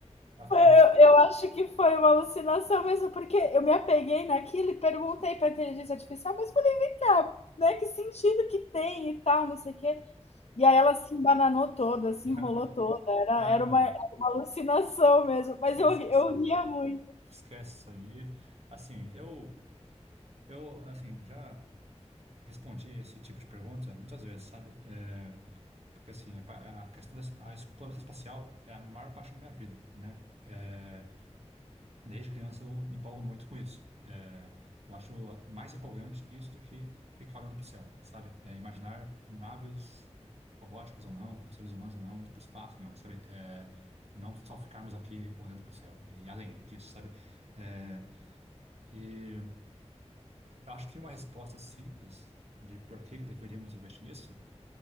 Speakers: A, on the right; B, on the left.
A: Ok?
B: Eu, eu acho que foi uma alucinação mesmo, porque eu me apeguei naquilo e perguntei para a inteligência artificial, mas falei, vem cá, né? Que sentido que tem e tal, não sei o quê. E aí ela se embananou toda, se
A: <laughs>
B: enrolou toda, era,
A: Não,
B: era,
A: não,
B: uma, era uma alucinação mesmo, mas
A: esquece
B: eu, eu
A: isso aí.
B: ria muito.
A: Esquece isso aí. Assim, eu, eu, assim, já respondi esse tipo de pergunta muitas vezes, sabe? É, porque, assim, a, pa- a questão da a exploração espacial é a maior parte da minha vida, né? É, desde criança eu me empolgo muito com isso. É, eu acho mais empolgante isso do que ficar olhando para o céu, sabe? É, imaginar naves robóticas ou não, com seres humanos ou não, indo para o espaço mesmo, sabe? É, não só ficarmos aqui olhando para o céu, e além disso, sabe? É, e acho que uma resposta simples de por que deveríamos investir nisso